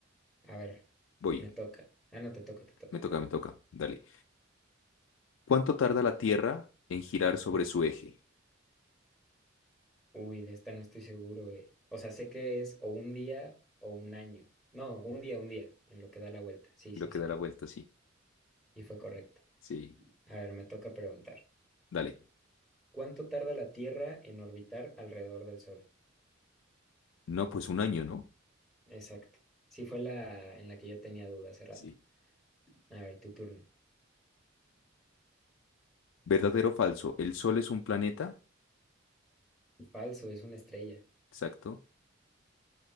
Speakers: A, in the centre; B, on the left.
A: A ver,
B: Voy.
A: me toca. Ah, no, te toca, te toca,
B: Me toca,
A: perdón.
B: me toca. Dale. ¿Cuánto tarda la tierra en girar sobre su eje?
A: Uy, de esta no estoy seguro, eh. O sea, sé que es o un día o un año. No, un día, un día, en lo que da la vuelta. Sí, sí,
B: Lo que
A: sí.
B: da la vuelta, sí.
A: Y fue correcto.
B: Sí.
A: A ver, me toca preguntar.
B: Dale.
A: ¿Cuánto tarda la Tierra en orbitar alrededor del Sol?
B: No, pues un año, ¿no?
A: Exacto. Sí, fue la en la que yo tenía duda hace rato.
B: Sí.
A: A ver, tu turno.
B: ¿Verdadero o falso? ¿El Sol es un planeta?
A: Falso, es una estrella.
B: Exacto.